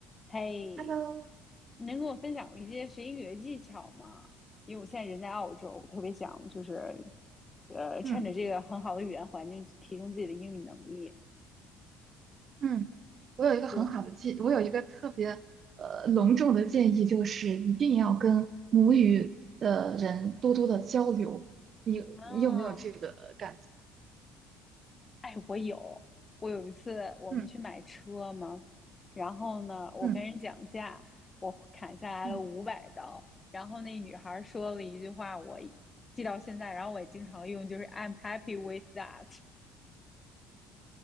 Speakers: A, on the left; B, on the right.
A: 嘿，
B: Hello，
A: 能跟我分享一些学英语的技巧吗？因为我现在人在澳洲，我特别想就是，呃，
B: 嗯
A: 趁着这个很好的语言环境去提升自己的英语能力。
B: 嗯，我有一个很好的建，
A: 对，
B: 我有一个特别呃隆重的建议，就是一定要跟母语的人多多的交流。你你有没有这个感觉？
A: 啊，哎，我有，我有一次我们去买车嘛，
B: 嗯
A: 然后呢，我跟人讲价，
B: 嗯
A: 我砍下来了五百刀，
B: 嗯，
A: 然后那女孩儿说了一句话，我记到现在，然后我也经常用，就是 "I'm happy with that"，